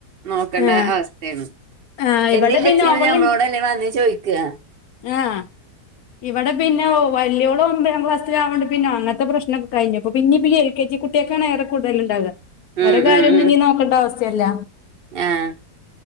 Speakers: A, on the right; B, on the left.
A: നോക്കണ്ട
B: ആഹ്
A: അവസ്ഥയാണ്
B: ആഹ്
A: <unintelligible>
B: ഇവിടെ പിന്നെ അവള്
A: നമ്മളോടല്ലേ വന്ന് ചോയിക്കുക
B: ആഹ് ഇവിടെ പിന്നെ ഓ വല്യോള് ഒമ്പതാം ക്ലാസ്സിലാവോണ്ട് പിന്നെ അങ്ങനത്തെ പ്രശ്നൊക്കെ കഴിഞ്ഞിപ്പോ പിന്നിപ്പോ എൽ കെ ജി കു ട്ടിക്കാണ് ഏറെ കൂടുതൽ ഉണ്ടാവുക
A: ഉം
B: ഓരടെ കാര്യവൊന്നും
A: ഉം ഉം
B: ഇനി നോക്കേണ്ട ആവശ്യവില്ല.
A: ആഹ്